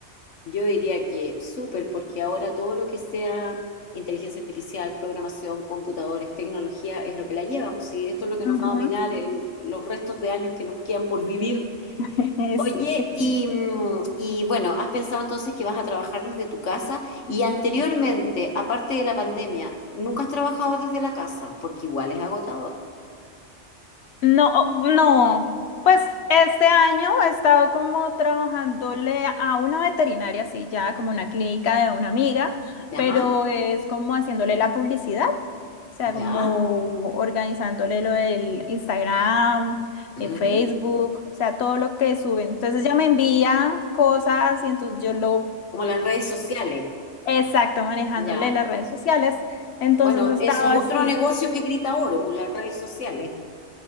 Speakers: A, on the left (about 85°); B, on the left (about 65°).
A: Yo diría que súper, porque ahora todo lo que sea inteligencia artificial, programación, computadores, tecnología, es lo que la lleva. Pues sí, esto es lo que nos
B: Ujú.
A: va a dominar el- los restos de años que nos quedan por vivir.
B: <laughs>
A: Oye,
B: Sí.
A: y, mm, y bueno, ¿has pensado entonces que vas a trabajar desde tu casa? Y anteriormente, aparte de la pandemia, ¿nunca has trabajado desde la casa? Porque igual es agotador.
B: No, oh, no. Pues este año he estado como trabajándole a una veterinaria, sí, ya como una clínica de una amiga,
A: Ajá,
B: pero es como haciéndole la publicidad, o sea,
A: ya.
B: como organizándole lo del Instagram,
A: ujú.
B: eh, Facebook, o sea, todo lo que suben. Entonces ya me envía cosas y entonces yo lo...
A: Como las redes sociales,
B: Exacto, manejándole
A: ya.
B: las redes sociales. Entonces
A: Bueno,
B: estaba
A: eso es
B: así.
A: otro negocio que grita oro, por las redes sociales.